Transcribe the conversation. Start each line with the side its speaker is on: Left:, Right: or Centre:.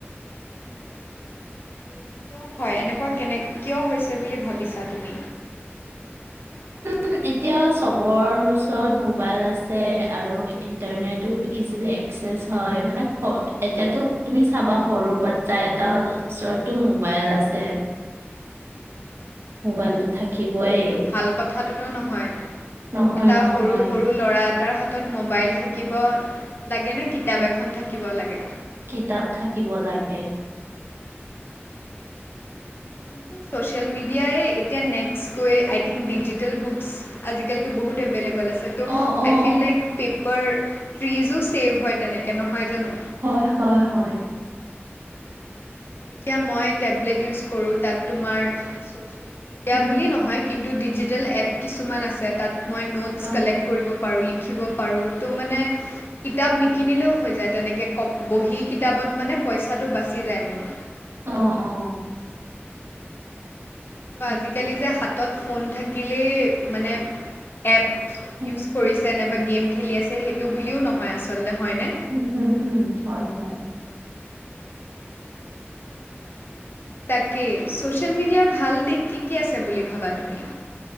Left: সেইটো কিয় হয় এনেকুৱা কেনে কিয় হৈছে বুলি ভাবিছা তুমি? <inaudible>
Right: উম এতিয়া চবৰ ওচৰত মোবাইল আছে আৰু ইণ্টাৰনেটো ইজিলি ক্সেছ হয় মানে স এতিয়াতো তুমি চাবা সৰু বাচ্ছা এটাও ওচৰতো মোবাইল আছে। মোবাইলটো
Left: অ
Right: থাকিবই
Left: কিন্তু সেইটো ভাল কথাটোতো নহয়,
Right: নহয়
Left: এটা
Right: নহয়
Left: সৰু সৰু ল'ৰা এটাৰ হাত ত মোবাইল থাকিব লাগে নে কিতাপ
Right: এই
Left: এখন থাকিব লাগে?
Right: কিতাপ থাকিব লাগে।
Left: কিন্তু ছ'চিয়েল মিডিয়াই এতিয়া নেক্স গৈ আই থিংক ডিজিটেল বুকচ আজিকালিতো বহুত এভেইলেবল আছে। ত'
Right: অ অ
Left: আই ফিল লাইক পেপাৰ ট্ৰিজো ছেভ হয় তেনেকে নহয় জানো?
Right: হয় হয় হয়।
Left: এতিয়া মই টেবলেট ইউজ কৰোঁ তাত তোমাৰ ছ'চিয়েল মিডিয়া
Right: উম,
Left: বুলি নহয় কিন্তু ডিজিটেল এপ কিছুমান আছে তাত মই ন'টছ
Right: অ
Left: কালেক্ট কৰিব পাৰো লি লিখিব পাৰোঁ ত' মানে কিতাপ নিকিনিলেও হৈ যায় তেনেকৈ ক বহি কিতাপত মানে পইচাটো বাচি যায় মোৰ।
Right: অ অ।
Left: ত
Right: সেইটোৱে।
Left: আজিকালি
Right: উম,
Left: যে হাতত ফোন থাকিলেই মানে এপ ইউজ
Right: হুম,
Left: কৰিছ যেনেবা গেম খেলি আছে সেইটো বুলিও নহয় আচলতে হয়নে?
Right: উম হুম হুম। হয় হয়।
Left: তাকেই ছ'চিয়েল মিডিয়াৰ ভাল দিশ কি কি আছে বুলি ভাবা তুমি।